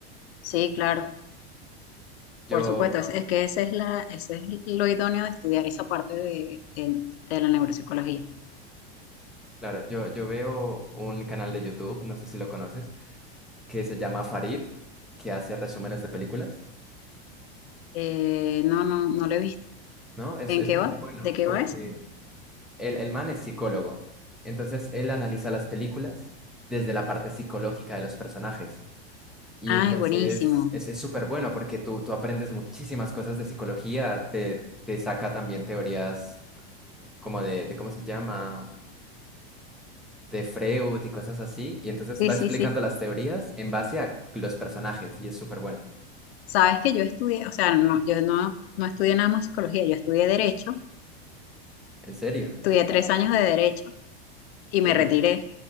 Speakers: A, on the left; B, in the centre.
A: Sí, claro.
B: Yo,
A: Por supuesto, es, es que esa es la, ese es lo idóneo de estudiar esa parte de, en- de la neuropsicología.
B: claro, yo, yo veo un canal de YouTube, no sé si lo conoces, que se llama Farid, que hace resúmenes de películas,
A: Eh, no, no, no lo he visto.
B: ¿no? Es,
A: ¿En
B: es
A: qué
B: súper
A: va?
B: bueno
A: ¿De qué
B: porque
A: va eso?
B: el, el man es psicólogo. Entonces él analiza las películas desde la parte psicológica de los personajes. Y
A: Ay,
B: entonces
A: buenísimo.
B: es es súper bueno porque tú, tú aprendes muchísimas cosas de psicología, te, te saca también teorías como de, de, ¿cómo se llama? De Freud y cosas así. Y entonces
A: Sí,
B: va
A: sí,
B: explicando
A: sí.
B: las teorías en base a los personajes y es súper bueno.
A: Sabes que yo estudié, o sea, no, yo no, no estudié nada más psicología, yo estudié derecho,
B: ¿En serio?
A: estudié tres años de derecho y me
B: Uy,
A: retiré.